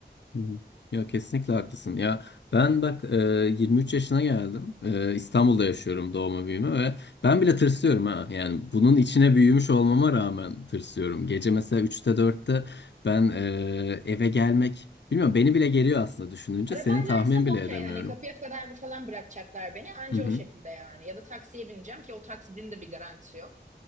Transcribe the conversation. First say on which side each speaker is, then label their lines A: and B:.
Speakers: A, on the left; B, on the right.
A: hı hı. Ya kesinlikle haklısın. Ya ben bak e, 23 yaşına geldim. E, İstanbul'da yaşıyorum doğma büyüme ve ben bile tırsıyorum ha. Yani bunun içine büyümüş olmama rağmen tırsıyorum. Gece mesela üçte dörtte ben e, eve gelmek bilmiyorum beni bile geriyor aslında düşününce.
B: Arabaylaysam
A: Senin tahmin bile
B: okey
A: edemiyorum.
B: hani kapıya kadar falan bırakacaklar beni anca
A: Hı hı.
B: o şekilde yani. Ya da taksiye bineceğim ki o taksinin de bir garantisi yok.